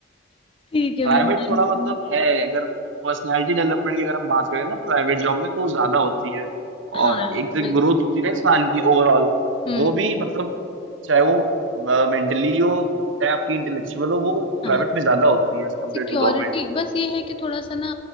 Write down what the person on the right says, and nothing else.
प्राइवेट
थोड़ा मतलब
है अगर पर्सनालिटी डेवलपमेंट की अगर हम बात करें ना प्राइवेट जॉब में तो ज्यादा होती है
और एक तो
ग्रोथ होती है ना इंसान की ओवरऑल
वो भी मतलब चाहे वो मेंटली हो चाहे आपकी इंटेलेक्चुअल हो वो
प्राइवेट में ज्यादा होती है एज कम्पेयर
टू गवर्नमेंट